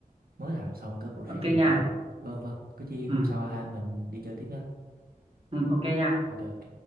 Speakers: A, on the right; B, on the right.
A: mới làm xong cái project
B: ok
A: trên
B: nha
A: trường vâng vâng cứ chi
B: ừ,
A: hôm sau ha mình đi chơi tiếp nhé
B: ừ ok nha
A: ok ok